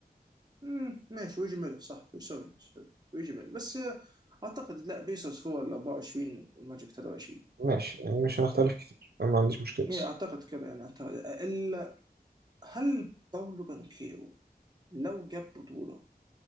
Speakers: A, on the right (about 25°); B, on the right (about 80°).
A: مم، ماشي ويجي ميلر صح سوري سوري. ويجي ميلر بس آه، اعتقد لا بيسوس هو ال 24 والماجيك 23
B: ماشي يعني مش هنختلف كتير انا ما عنديش مشكله بس
A: يعني اعتقد كده يعني اعتقد ال- هل باولو بانكيرو لو جاب بطوله